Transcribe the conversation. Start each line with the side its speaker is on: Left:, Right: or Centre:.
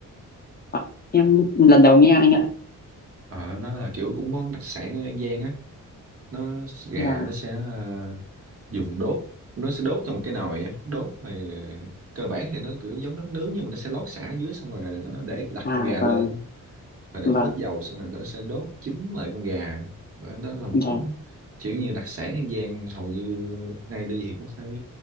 Left: ạ. em lần đầu nghe anh ạ
Right: ờ nó là kiểu cũng món đặc sản ở An Giang á nó gà
Left: là
Right: nó sẽ ờ, dùng đốt nó sẽ đốt trong một cái nồi á đốt thì cơ bản thì nó kiểu giống giống nướng nhưng mà nó sẽ lót sả ở dưới xong rồi nó để đặt con
Left: à
Right: gà
Left: vâng
Right: lên rồi để một
Left: vâng
Right: ít dầu xong rồi nó sẽ đốt chín lại con gà đó, đó là một
Left: vâng
Right: món kiểu như đặc sản An Giang hầu như ai đi thì cũng phải